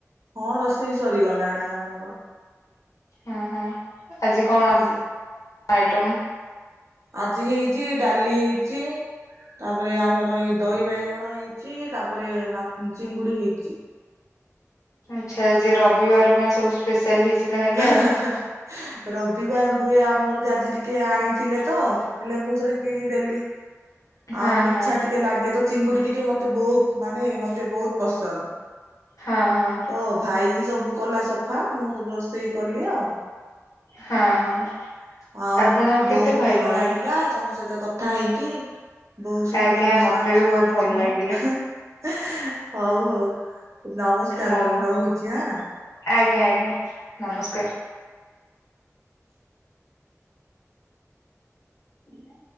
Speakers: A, on the right; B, on the left.
A: ହଁ ରୋଷେଇ ସରିଗଲାଣି ଆମର।
B: ହଁ ହଁ ଆଜି କଣ
A: ହେଲେ
B: ଆଇଟମ?
A: ଆଜି ହେଇଛି ଡାଲି ହେଇଛି ତାପରେ ଆମର ଏଇ ଦହି ବାଇଗଣ ହେଇଛି ତାପରେ ମା ଚିଙ୍ଗୁଡି ହେଇଛି।
B: ଆଛା ଆଜି ରବିବାର ପାଇଁ ସବୁ ସ୍ପେସିଆଲ ହେଇଛି। ତାହେଲେ
A: ହା
B: ଆଉ
A: ହା ହା ରବି ରବିବାର ହୁଏ ଆମର ଯେ ଆଜି ଟିକେ ଆଣିଥିଲେ ତ ହେଲେ ମୁଁ ଯୋଡ଼େ କିଣିଦେଲି।
B: ହଁ
A: ଆଉ ମତେ ଇଛା
B: ହଁ।
A: ଟିକେ ଲାଗେ ତ ଚିଙ୍ଗୁଡି ଟିକେ ମତେ ବହୁତ ମାନେ ମତେ ବହୁତ ପସନ୍ଦ।
B: ହଁ ହଁ।
A: ତ ଭାଇ ସବୁ କଲା ସଫା ମୁଁ ସବୁ ରୋଷେଇ କଲି ଆଉ।
B: ହଁ ହଁ।
A: ଆଉ
B: ଆପଣ
A: ବହୁତ
B: କେତେ ଭାଇ
A: ଭଲ
B: ଭଉଣୀ?
A: ଲାଗିଲା ତମ ସହିତ କଥା ହେଇକି। ବହୁତ ସୁନ୍ଦର
B: ଆଜ୍ଞା
A: ବିଷୟ
B: ମତେ
A: ଆମେ
B: ବି
A: ସବୁ
B: ବହୁତ
A: ଆଲୋଚନା
B: ଭଲ ଲାଗିଲେ
A: ହଉ ହଉ। ନମସ୍କାର
B: ହଉ
A: ନେବି ରହୁଛି ହା।
B: ଆଜ୍ଞା ଆଜ୍ଞା ନମସ୍କାର। ହୁଁ